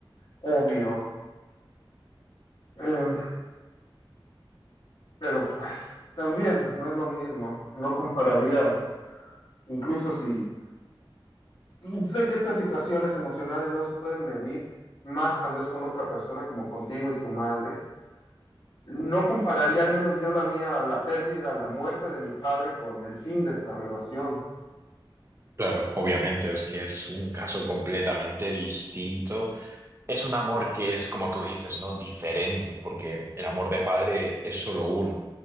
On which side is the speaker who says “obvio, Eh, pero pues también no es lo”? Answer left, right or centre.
Left